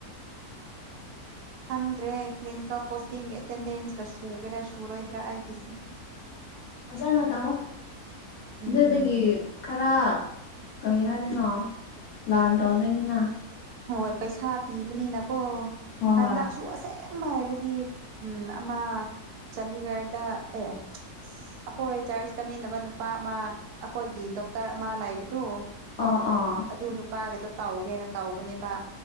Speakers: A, on the right; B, on the left.
A: ꯈꯪꯗ꯭ꯔꯦ ꯂꯤꯟꯀꯝꯄꯣꯁ ꯇꯤꯡꯒꯤ ꯑꯦꯇꯦꯟꯗꯦꯟꯁꯀ ꯁꯨꯒꯦꯔꯥ ꯁꯨꯔꯣꯏꯗ꯭ꯔꯥ ꯑꯩꯒꯤꯁꯦ
B: ꯐꯖꯅ ꯇꯥꯣ
A: ꯎꯝ
B: ꯑꯗꯨꯗꯒꯤ ꯈꯔ ꯀꯔꯤ ꯍꯥꯏꯗꯣꯏꯅꯣ ꯂꯥꯟ ꯇꯧꯗꯣꯏꯅꯤꯅ
A: ꯍꯣꯏ ꯄꯩꯁꯥ ꯄꯤꯕꯅꯤꯅꯀꯣ
B: ꯍꯣꯏ
A: ꯍꯟꯗꯛꯁꯨ ꯑꯁꯦꯡꯕ ꯍꯥꯏꯔꯗꯤ ꯗꯤ ꯎꯝ ꯑꯃ ꯆꯥꯟꯗꯤꯒꯔꯗ ꯑꯦ ꯑꯩꯈꯣꯏ ꯆꯥ꯭ꯔꯁ ꯀꯃꯤꯟꯅꯕ ꯅꯨꯄꯥ ꯑꯃ ꯑꯩꯈꯣꯏꯒꯤ ꯗꯣꯛꯇꯔ ꯑꯃ ꯂꯥꯏꯕꯗꯨ
B: ꯑꯣ ꯑꯣ
A: ꯑꯗꯨ ꯅꯨꯄꯥꯒꯤꯗꯣ ꯇꯥꯎꯕꯅꯦꯅ ꯇꯧꯕꯅꯦꯕ